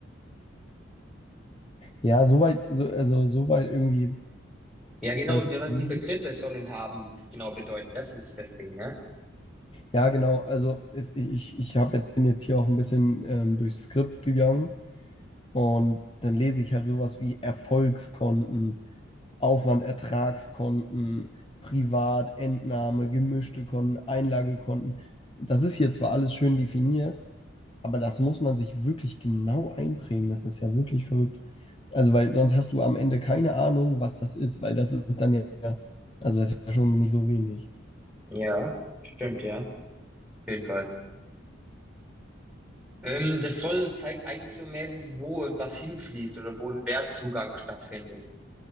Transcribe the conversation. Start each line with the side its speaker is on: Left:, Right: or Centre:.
Left: Ja, soweit, so, also soweit irgendwie
Centre: Ja, genau,
Left: voll verstanden.
Centre: was die Begriffe sollen haben, genau bedeuten, das ist das Ding, ne?
Left: Ja, genau. Also es, ich, ich ich hab jetzt, bin jetzt hier auch ein bisschen ähm, durchs Skript gegangen und dann lese ich halt sowas wie Erfolgskonten, Aufwand, Ertragskonten, Privat, Entnahme, gemischte Konten, Einlagekonten. Das ist hier zwar alles schön definiert, aber das muss man sich wirklich genau einprägen. Das ist ja wirklich verrückt. Also, weil sonst hast du am Ende keine Ahnung, was das ist, weil das ist dann ja, also das ist ja schon nicht so wenig.
Centre: Ja, stimmt, ja. Auf jeden Fall. Ähm, das soll zeigt eigentlich so mäßig, wo was hinfließt oder wo ein Wertzugang stattfindet.